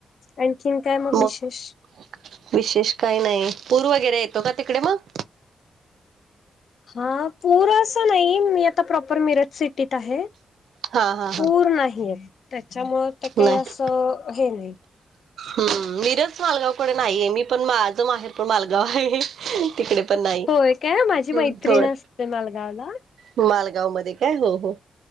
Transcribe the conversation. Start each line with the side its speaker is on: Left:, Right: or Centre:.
Left: आणखीन काय मगं
Right: मग
Left: विशेष?
Right: विशेष काही नाही. पूर वगैरे येतो का तिकडे मगं?
Left: हा पूर असं नाही, मी आता प्रॉपर मिरज सिटीत आहे.
Right: हा हा
Left: पूर
Right: हा
Left: नाही येत त्याच्यामुळ ते काही
Right: नाही
Left: असं हे नाही.
Right: हम्म, मिरज मालगावकड नाहीये. मी पण माझं माहेर पण मालगाव हाय तिकडे पण नाही
Left: होय काय, माझी मैत्रिण
Right: हम्म होय
Left: असते मालगावला.
Right: मालगाव मध्ये काय, हम्म हम्म.